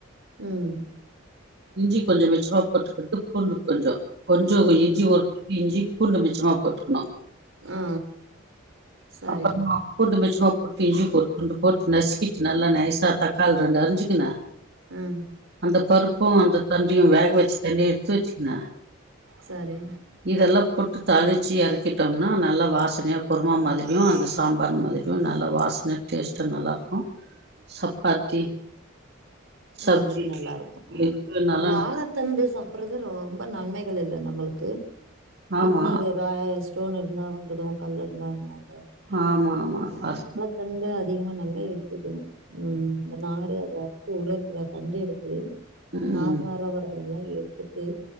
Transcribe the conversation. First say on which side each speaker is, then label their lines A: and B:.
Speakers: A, on the right; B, on the right.
A: ம்
B: இஞ்சி கொஞ்சோ மிச்சமா போட்டுகிட்டு பூண்டு கொஞ்சோ கொஞ்சோ
A: ம்
B: இஞ்சி ஒரு இஞ்சி பூண்டு மிச்சமா போட்டுக்கணு <inaudible>
A: ஆ ஆ சரி
B: அப்பறமா பூண்டு மிச்சமாப்போட்டு இஞ்சி போட் கொஞ் போட்டு நசுக்கிட்டு நல்லா நைசா தக்காள் ரெண்டு அரிஞ்சுக்கினு
A: ம்
B: அந்த பருப்பு அந்த தண்டியு வேக வெச்சு தண்ணிய எடுத்து வெச்சுக்குனு
A: சரி
B: இதெல்லா போட்டு தாளிச்சு எறக்கிட்டோம்னா நல்லா வாசனியா குருமா மாதிரியு அந்த சாம்பார் மாதிரி யு நல்லா வாசன டேஸ்ட்டா நல்லாருக்கு சப்பாத்தி சப்ஜி
A: அதுக்கு நல்லா
B: இட்லி
A: இருக்கு ம்
B: எதுக்கு வேணாலு
A: வாழத்தண்டு
B: நல்லது
A: சாப்புற்றது ரொம்ப நன்மைகள் இல்ல நம்மளுக்கு
B: ஆமா
A: கிட்னில வா ஸ்டோன் இருந்தா வந்துடு கல் இருந்தா வந்துட்வாங்க
B: ஆமா ஆமா அது
A: தண்ட அதிகமா நல்லா எடுத்துக்கணு ம் இந்த நாறு அத அறுத்து உலர் அப்புற தண்ட எடுத்து
B: ம்
A: நார் நாரா வரதெலா எடுத்துட்டு